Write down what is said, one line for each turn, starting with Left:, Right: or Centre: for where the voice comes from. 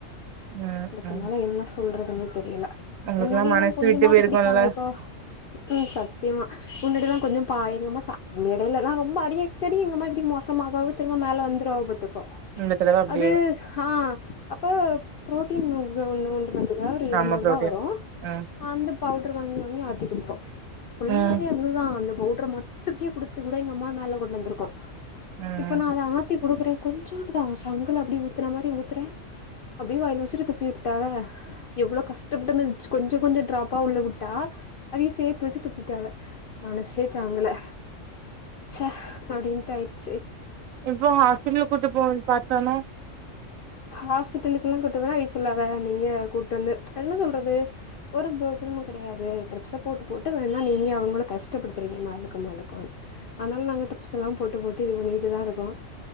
Right: ம்
Left: அதுக்கு
Right: ம்
Left: மேல என்ன சொல்றதுன்னே தெரியல
Right: உங்களுக்குல்லா
Left: முன்னாடியெல்லா
Right: மனசு
Left: கொஞ்சமாவது
Right: விட்டு போயிருக்குல்ல
Left: குடிப்பாங்க இப்போ ம் சத்தியமா முன்னாடில்லா கொஞ்சோ பா எங்கம்மா எடையிலல்லா ரொம்ப அடிக்அடி எங்கம்மா இப்டி மோசமாவது திரும்ப மேல வந்திரு வாக பாத்துக்கோ ச்
Right: இந்த தடவ அப்டியே
Left: அது ஆ அப்ப புரோட்டீன் ஒண்ண ஒரு எழுநூறு
Right: ஆமா புரோட்டீன்
Left: ரூபா வரு
Right: ம்
Left: அந்த பவுடர் வாங்கி வாங்கி ஆத்தி கொடுப்போ ஃபுல்லா
Right: ம்
Left: அதுதா அந்த பவுடர மட்டுமே குடுத்து கூட எங்க அம்மா மேல கொண்டு வந்திருக்கோ
Right: ம்
Left: இப்ப நா அத ஆத்தி குடுக்குறே கொஞ்சோண்டு தா சங்குல அப்டியே ஊத்துற மாதிரி ஊத்துறே அப்படியே வாயில வச்சிட்டு துப்பி விட்டாக எவ்ளோ கஷ்டப்பட்டுந்த கொஞ்ச கொஞ்ச ட்ராப் ஆ உள்ள வுட்டா அதையு சேர்த்து வச்சு துப்பிட்டாவ மனசே தாங்கல ச அப்பாடிண்ட்டு ஆயிடுச்சு
Right: எப்ப ஹாஸ்பிட்டல்ல கூட்டு போவோனு பார்த்தோனா
Left: ஹாஸ்பிட்டலுக்கு எல்லா கூட்டுபோனா அவ சொல்லாவ <unintelligible> நீங்க கூட்டிட்டு என்ன சொல்றது ஒரு புரஜோனமு கெடையாது ட்ரிப்ஸ போட்டு போட்டு வேணுணா நீங்க அவங்கள கஷ்டப்படுத்துறீங்க மேலுக்கு மேலுக்குன்னு அதனால நாங்க டிரிப்ஸ் எல்லா போட்டு போட்டு இது பண்ணிட்டுதா இருக்கோ